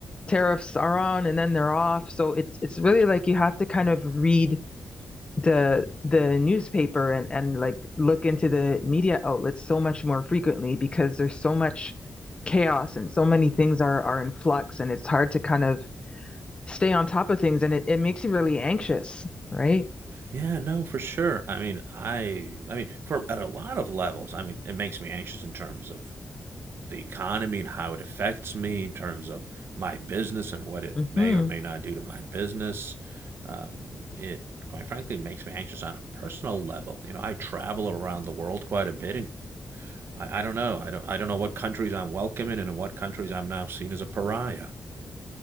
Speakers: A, on the left; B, on the right.
A: tariffs are on and then they're off. So it's it's really like you have to kind of read the the newspaper and and like look into the media outlets so much more frequently because there's so much chaos and so many things are are in flux and it's hard to kind of stay on top of things and it, it makes you really anxious, right?
B: Yeah, no, for sure. I mean, I, I mean, for at a lot of levels, I mean, it makes me anxious in terms of the economy and how it affects me in terms of my business and what it
A: hmm
B: may or may not do to my business. Um, it quite frankly makes me anxious on a personal level. You know, I travel around the world quite a bit, and I, I don't know. I don't. I don't know what countries I'm welcome in, and in what countries I'm now seen as a pariah.